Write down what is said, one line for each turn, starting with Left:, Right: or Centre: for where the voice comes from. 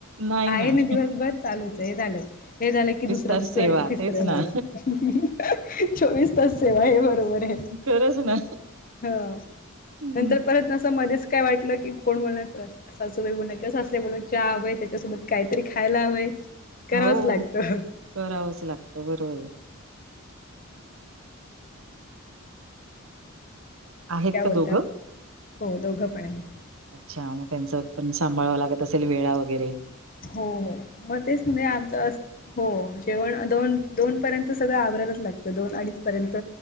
Right: नाही ना.
Left: आहे नां दिवसंभर चालूंच आहे हे झालंय हे झालं की दुसरं
Right: तास
Left: दुसऱ्यां
Right: सेवा
Left: कि तिसरं
Right: तेच ना.
Left: हो. हं चोवीस तांस सेवा आहे बरोबर आहे.
Right: खरंच ना.
Left: हं
Right: हं.
Left: नंतर परतं असं मध्येचं कायं वाटलं की कोणं बोलणारंचं सांसूबाई बोलणं की सासूं बोलणारचं चहा हवंय त्यांच्यासोबतचं कांहींतरी खांयला हवंय. करावंच
Right: हो
Left: लागतं हम्म.
Right: करावंच लागतं बरोबर आहे.
Left: तुम्हीं
Right: आहेत
Left: कायं
Right: का
Left: बोलतां
Right: दोघं?
Left: हो दोघं पणं आहे.
Right: अच्छा मंग त्यांचं पणं सांभाळवं लागतं असेल वेळां वगैरें.
Left: हो हो मंग तेचं म्हे आमचं असं. हो जेवणं दोन दोन पर्यंत सगळं आवरायचं लागतं दोन अडीच पर्यंत.